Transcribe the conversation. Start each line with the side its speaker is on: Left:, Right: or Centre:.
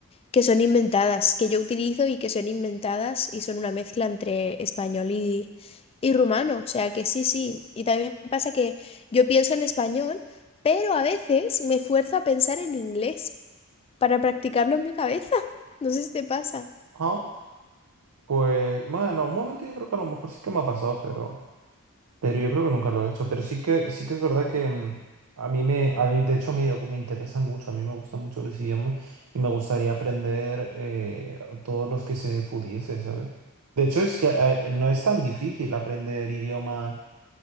Left: que son inventadas, que yo utilizo y que son inventadas y son una mezcla entre español y, y rumano. O sea que sí, sí. Y también me pasa que yo pienso en español, pero a veces me fuerzo a pensar en inglés para practicarlo en mi cabeza. <laughs> No sé si te pasa.
Right: Ah, pues bueno, en algún momento yo creo que a lo mejor sí que me ha pasado, pero... Pero yo creo que nunca lo he hecho. Pero sí que, sí que es verdad que mm, a mí me, a mí, de hecho, me, me interesan mucho. A mí me gustan mucho los idiomas y me gustaría aprender eh, todos los que se pudiese, ¿sabes? De hecho, es que eh, no es tan difícil aprender idioma